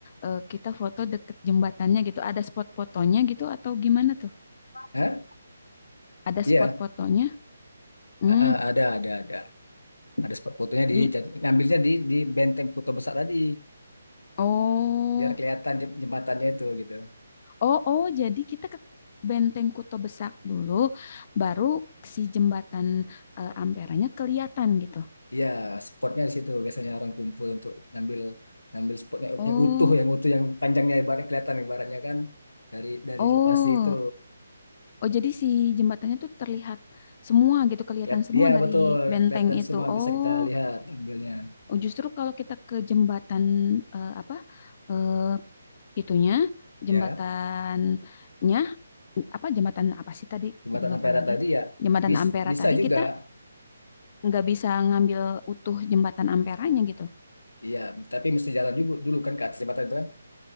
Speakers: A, on the left; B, on the left.
A: eh, kita foto deket jembatannya gitu. Ada spot fotonya gitu atau gimana tuh?
B: Hah?
A: Ada
B: Iya,
A: spot fotonya? Hmm,
B: eh, eh, ada ada ada ada spot fotonya
A: di.
B: di jat- ngambilnya di di Benteng Kuto besar tadi.
A: Oh.
B: biar kelihatan jem- jembatannya itu gitu.
A: Oh, oh, jadi kita ke Benteng Kuto Besak dulu, baru si jembatan eh, Amperanya kelihatan gitu.
B: Iya, spotnya di situ biasanya orang kumpul untuk ngambil ngambil spotnya
A: Oh,
B: yang utuh, yang utuh yang panjangnya ibaratnya kelihatan ibaratnya kan dari dari
A: oh,
B: lokasi itu.
A: oh, jadi si jembatannya tuh terlihat semua gitu, kelihatan
B: Lihat,
A: semua
B: iya
A: dari
B: betul,
A: benteng
B: kelihatan
A: itu.
B: semua
A: Oh,
B: bisa kita lihat ambilnya.
A: oh, justru kalau kita ke jembatan eh, apa eh, itunya,
B: Ya,
A: jembatannya apa jembatan apa sih tadi?
B: jembatan
A: Jadi lupa
B: Ampera
A: lagi.
B: tadi ya
A: Jembatan
B: bis,
A: Ampera
B: bisa
A: tadi
B: juga.
A: kita nggak bisa ngambil utuh jembatan Amperanya gitu
B: Iya, tapi mesti jalan juga dulu kan ke atas jembatan itu kan.